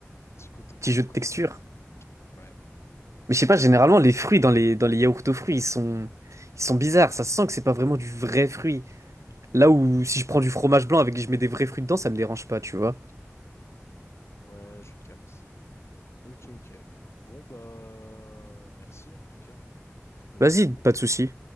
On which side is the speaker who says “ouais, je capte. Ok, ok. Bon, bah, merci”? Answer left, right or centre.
Left